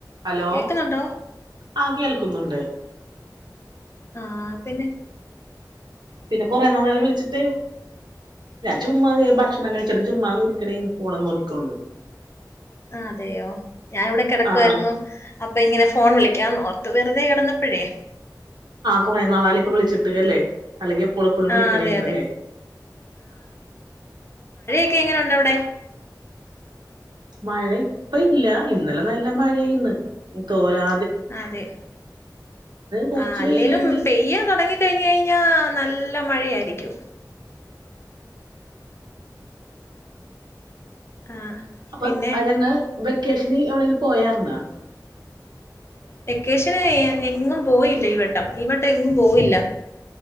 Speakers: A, on the right; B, on the left.
A: Hello
B: കേക്കുന്നുണ്ടോ
A: ആ കേൾക് കുന്നുണ്ട്
B: ആപിന്നെ
A: കുറെ നാളായില്ലേ വിളിച്ചിട്ട് ചുമ്മ ഭക്ഷണം കഴിച്ചിട്ട് ചുമ്മാ ഇരിക്കുന്നെനു ഫോൺ നോ ക്യാണ്ട്
B: അതെയോ ഞാനിവിടെ കിടക്കുവായായിരുന്നു
A: ആഹ് ആഹ്
B: പ്പങ്ങ്നെ ഫോൺ വിളിക്കാൻ ഓർത്ത് വെറുതെ കടന്നപ്പോഴേ
A: കുറെ നാളായി പ്പം വിളിച്ചിട്ട് അല്ല അല്ലങ്കിൽ എപ്പള്ളഎപ്പളുംവിളിക്കണെർന്നു
B: ആഹ് അതെ അതെ ക്കെഎങ്ങനെയുണ്ട് അവിടെ
A: മഴ ഇപ്പോ ഇല്ല ഇന്നലെ നല്ല മഴയായിരുന്നു തോരാ
B: അതെ
A: കൊറച്ച്
B: അല്ലേലും
A: വെയില്ണ്ട്
B: പെയ്യാൻ തോടങ്ങിക്കഴിഞ്ഞാൽ നല്ല മഴയാ ഇക്ക്യും ആഹ്
A: അപ്പോ
B: പിന്നെ
A: അത് ഞങൾ വെക്കേഷനിൽ പോയർന്ന?
B: വെക്കാഷനെ എഗും പോയില്ല ഈ വട്ടം പോയില്ല